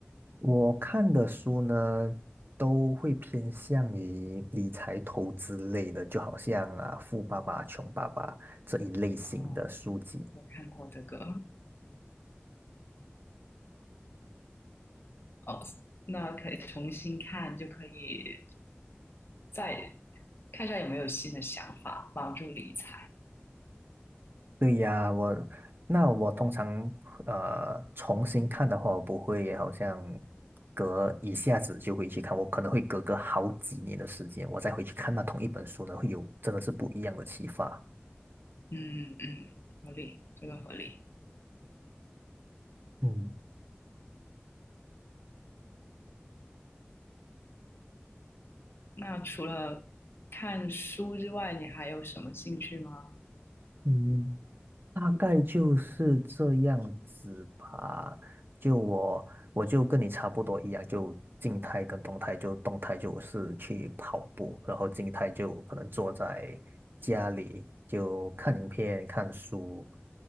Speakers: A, on the right (about 60°); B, on the left (about 65°).
A: 我看的书呢，都会偏向于理财投资类的，就好像啊《富爸爸穷爸爸》这一类型的书籍。
B: 哦，我看过这个，<laughs> 哦，那可以重新看，就可以再看一下有没有新的想法，帮助理财。
A: 对呀，我那我通常呃重新看的话，我不会好像隔一下子就会去看，我可能会隔个好几年的时间，我再回去看那同一本书呢，会有真的是不一样的启发。
B: 嗯嗯，合理，这个合理。
A: 嗯
B: 那除了看书之外，你还有什么兴趣吗？
A: 嗯，大概就是这样子吧。就我，我就跟你差不多一样，就静态跟动态，就动态就是去跑步，然后静态就可能坐在家里就看影片、看书。